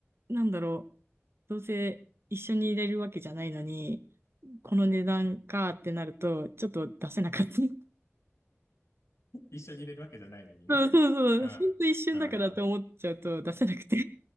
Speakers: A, on the right (about 55°); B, on the left (about 85°).
A: なんだろう、どうせ一緒にいれるわけじゃないのに、この値段かってなると、ちょっと出せなかった。<laughs>
B: 一緒に入れるわけじゃないのにね。
A: そうそうそう。
B: うん、
A: ほんと一瞬だからと思っちゃうと出せなくて。
B: うん、うん。